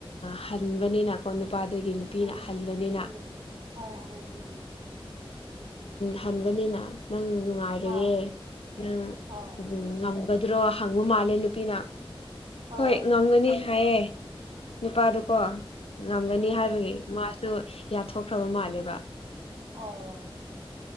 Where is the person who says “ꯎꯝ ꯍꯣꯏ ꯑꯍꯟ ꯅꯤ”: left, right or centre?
Right